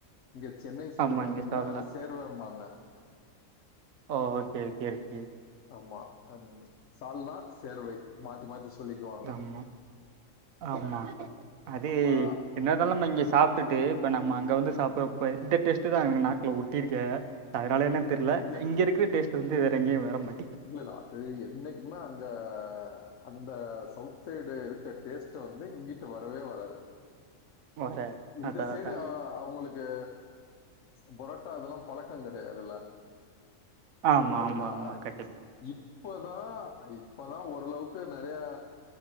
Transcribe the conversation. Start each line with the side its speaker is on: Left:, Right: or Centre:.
Left: இங்க சென்னை சைடு
Right: ஆமாம்
Left: பாத்தீங்கன்னா
Right: இங்கே சால்னா
Left: சேர்வேம்பாங்க
Right: ஓ ஓகே ஓகே ஓகே
Left: ஆமா சால்னா சேர்வை மாத்தி மாத்தி சொல்லிக்குவாங்க
Right: ஆமா ஆமா அதே
Left: அப்பா
Right: என்னதாலா இங்க சாப் ட்டு இப்ப நம்ம அங்க வந்து சாப்பிடறப்ப இந்த டேஸ்ட் தா நாக்கல ஒட்டிருக்கே அதுனால என்ன தெர்ல
Left: இல்ல இல்ல
Right: இங்க இருகுற டேஸ்ட் வந்து வேற எங்கயு வர மாட்டு
Left: இல்ல அது என்னைக்குமே அங்க அந்த சவுத் சைடு இருக்க டேஸ்ட் வந்து இங்கிட்டு வரவே வராது
Right: வராது
Left: இந்த
Right: அதான்
Left: சைடு
Right: அதான்
Left: அவங்களுக்கு இங்க பொரோட்டா இதெல்லா பழக்கோ கிடையாதுல
Right: ஆமாம்
Left: உங்களுக்கு
Right: ஆமாம் ஆமாம் கண்டிப்பாக
Left: இப்பதா ஓரளவுக்கு இப்பதா ஓரளவுக்கு நிறைய